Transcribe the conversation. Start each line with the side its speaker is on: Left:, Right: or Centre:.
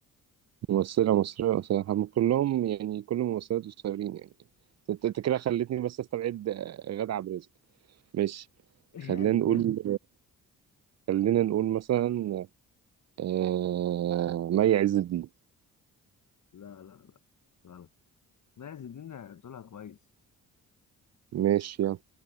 Right: ممثلة مصرية صراحة هم كلهم يعني كل الممثلات قصيرين يعني انت انت كده خلتني بس استبعد آه، غادة عبد الرازق ماشي
Left: <laughs> يعني
Right: خلينا نقول خلينا نقول مثلا آه... مي عز الدين
Left: لا لا لا غلط ماشي دي أنا قلتلها كويس
Right: ماشي يلا